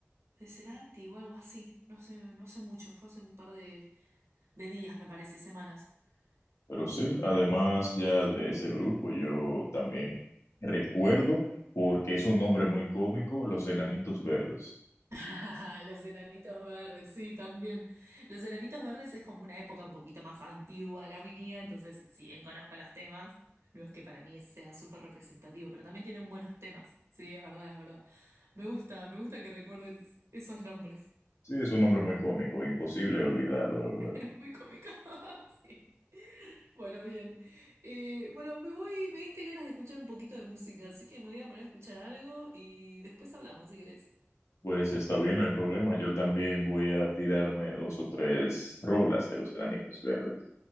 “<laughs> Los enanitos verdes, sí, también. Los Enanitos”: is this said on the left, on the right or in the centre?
Right